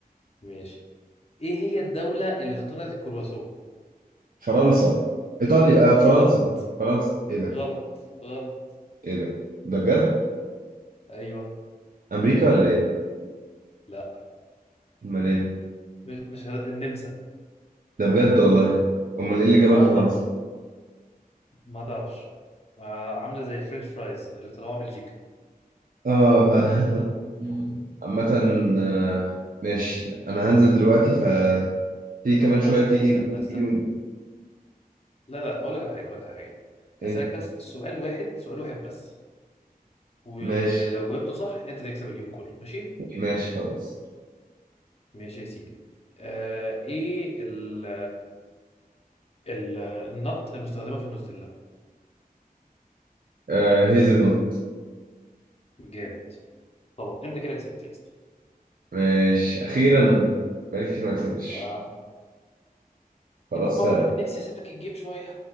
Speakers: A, on the left (about 40°); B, on the right (about 65°).
A: ماشي ايه هي الدولة اللي اخترعت الكرواسون
B: فرنسا ايطاليا آه فرنسا
A: غلط
B: فرنسا ايه ده
A: غلط غلط
B: ايه ده ده بجد
A: ايوه
B: امريكا ولا ايه
A: لا
B: امال ايه
A: م- مش ه- النمسا
B: ده بجد والله امال ايه اللي جابها
A: اه
B: لفرنسا
A: والله ما تعرفش ما عاملة زي الفرنش فرايز اللي اخترعوها بلجيكا
B: اه ف... <laughs> عامة آه، ماشي انا هنزل دلوقتي فتيجي
A: ماشي طب
B: كمان
A: بقول
B: شوية
A: لك
B: تيجي
A: ايه استنى
B: تيجي
A: استنى
B: لي من...
A: لا لا اقول لك على حاجه اقول لك على حاجه هسألك
B: ايه
A: بس سؤال واحد سؤال واحد بس ولو
B: ماشي
A: جاوبته صح انت تكسب اليوم كله ماشي
B: ماشي خلاص
A: ماشي يا سيدي آه ايه ال ال النط المستخدمه في النوتيلا
B: آه هيزل نوت
A: جامد طبعا انت كده كسبت يا اسطى
B: ماشي اخيرا بقالي كتير ما كسبتش
A: آه.
B: خلاص
A: يا عم مره من نفسي هسيب لك الجيم شويه